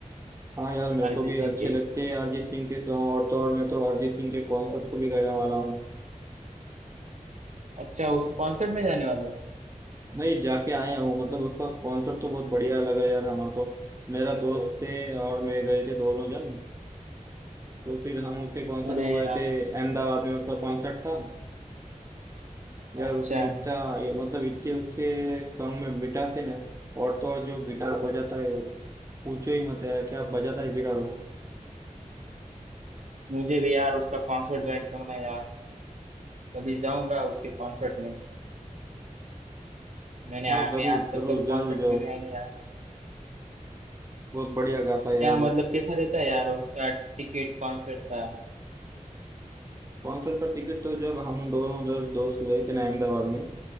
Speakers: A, on the right; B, on the right.
A: हाँ यार मेरे
B: अरिजीत
A: को भी अच्छे
B: सिंह के
A: लगते हैं अरिजीत सिंह के सॉन्ग और तो और मैं तो अरिजीत सिंह के कॉन्सर्ट को भी गया वाला हूँ
B: अच्छा उसके कॉन्सर्ट में जाने वाले हो
A: नहीं जाके आया हूँ मतलब उसका स्पॉन्सर तो बहुत बढ़िया लगा यार हमारे को मेरा दोस्त थे और मैं गए थे दोनों जन तो फिर हम उसके कॉन्सर्ट
B: अरे
A: को गए
B: यार
A: थे अहमदाबाद में उसका कॉन्सर्ट था यार
B: अच्छा
A: उसने इतना ये मतलब इतने उसके सॉन्ग में मिठास है ना और तो और जो गिटार बजाता है वो पूछो ही मत है क्या बजाता है गिटार वो
B: मुझे भी यार उसका कॉन्सर्ट ज्वाइन करना है यार कभी जाऊंगा उसके कॉन्सर्ट में मैंने
A: हाँ
B: आ, मैं
A: जरूर
B: आज तक
A: जरूर
B: कभी कॉन्सर्ट
A: जरूर जाओ
B: में गया नहीं यार
A: बहुत बढ़िया गाता है
B: क्या
A: यार वो
B: मतलब कैसा रहता है यार उसका टिकट कॉन्सर्ट का
A: कॉन्सर्ट का टिकट तो जब हम दोनों दोस्त दोस्त गए थे ना अहमदाबाद में